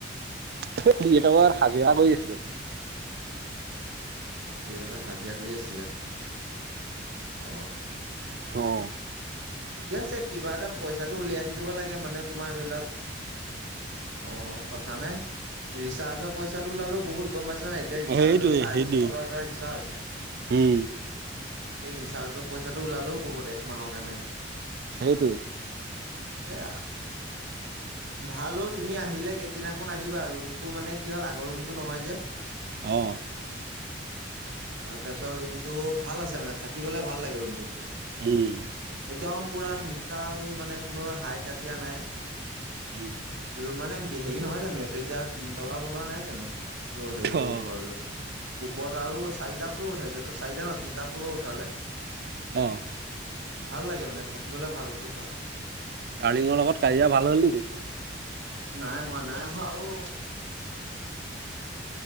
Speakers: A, on the right; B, on the right.
A: ত এটা ব সাজিয়া কৰি আছিলো।
B: অ শুৰি থকাত হাজিৰা কৰি আছিলা অ।
A: অঁ।
B: ঠিকে আছে কিবা এটা পইচাটো উলিয়াই থাকিব লাগে মানে তোমাৰ ধৰি লোৱা। অ'কথা নাই ৰিচাৰ্জৰ পইচাটো ওলালেও বহুত। গম পাইছ না এতিয়া ৰিচাৰ্জৰ
A: সেইটোৱে
B: চাৰে
A: সেইটোৱে
B: তিনিশ টকাৰ ৰিচাৰ্জ।
A: উম,
B: সেই ৰিচাৰ্জৰ পইচাটো ওলালেও বহুত এক মাহৰ কাৰণে।
A: সেইটোৱে।
B: সেইয়া। ভালো অ তুমি আহিলে কেইদিনাখন আহিবা ৰুমটো মানে কি হ'ল আগৰ ৰুমটো নহয় যে।।
A: অহ।
B: অ' তাৰপিছত ৰুমটো ভাল আছে মানে থাকিবলে ভাল লাগে ৰুমটোত।
A: উম
B: একদম পুৰা নিতাল মানে কোনো হাই কাজিয়া নাই।
A: উম,
B: ৰুম মানে হেৰি নহয় জানো এইটো এতিয়া তিনতলা বনোৱা নাই জানো? ৰ সেইটো
A: অ',
B: ঘৰলৈ ওপৰত আৰু চাৰি। তিটা ফ্লোৰ উঠাইছে ট চাৰিটা ন তিনিটা ফ্লোৰ উঠালে।
A: অহ।
B: ভাল লাগে মানে থাকিবলে ভাল বহুত ভাল।
A: কালিংৰ লগত কাজিয়া ভাল হল নেকি?
B: নাই হোৱা নাই হোৱা অহ।